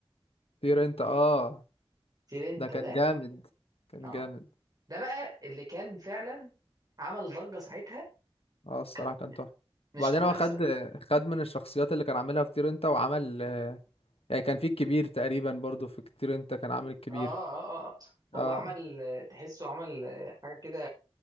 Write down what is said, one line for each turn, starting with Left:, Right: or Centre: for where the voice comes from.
Left: طير أنت اه
Right: ترينتا
Left: ده كان
Right: ده
Left: جامد كان
Right: اه
Left: جامد
Right: ده بقى اللي كان فعلا عمل ضجة ساعتها
Left: اه الصراحة
Right: كانت
Left: كان تحفة
Right: مش
Left: وبعدين
Right: طبيعية
Left: هو خد
Right: ساعتها.
Left: خد من الشخصيات اللي كان عاملها في طير انت وعمل آه، يعني كان في الكبير تقريبا برضو في طير انت كان عامل الكبير
Right: اه اه اه آه.
Left: اه
Right: هو عمل آه، تحسه عمل آه، حاجة كده